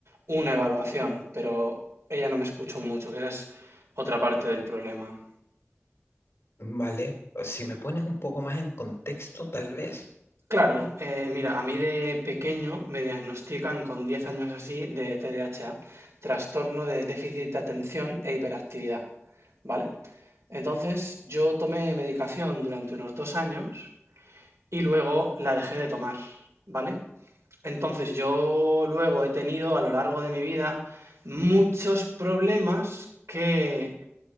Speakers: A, on the right; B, on the left.
A: una evaluación, pero ella no me escuchó mucho, que esa es otra parte del problema.
B: Vale, si me pones un poco más en contexto, tal vez.
A: Claro, eh, mira, a mí de pequeño me diagnostican con 10 años así de TDAH, trastorno de déficit de atención e hiperactividad, ¿vale? Entonces yo tomé medicación durante unos dos años y luego la dejé de tomar, ¿vale? Entonces yo luego he tenido a lo largo de mi vida muchos problemas que